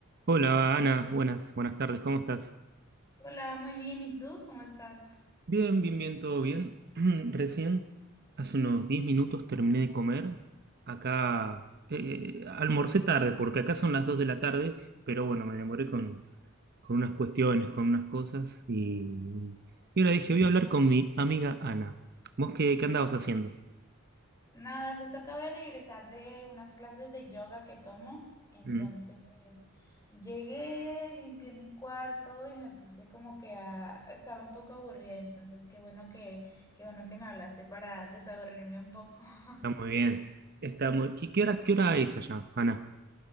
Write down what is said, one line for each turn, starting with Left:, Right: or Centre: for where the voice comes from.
Right: Hola Ana, buenas, buenas tardes, ¿cómo estás?
Left: Hola, muy bien. ¿Y tú? ¿Cómo estás?
Right: Bien, bien, bien, todo bien. <clears throat> Recién, hace unos 10 minutos terminé de comer. Acá eh, eh, almorcé tarde, porque acá son las 2 de la tarde, pero bueno, me demoré con, con unas cuestiones, con unas cosas, y, y ahora dije, voy a hablar con mi amiga Ana. ¿Vos qué, qué andabas haciendo?
Left: Nada, justo acabo de regresar de unas clases de yoga que tomo. Entonces,
Right: Mm,
Left: llegué, limpié mi cuarto y me puse como que a... estaba un poco aburrida. Entonces, qué bueno que, qué bueno que me hablaste para desaburrirme un poco. <laughs>
Right: está muy bien. Está muy... ¿Qué, qué hora, qué hora es allá, Ana?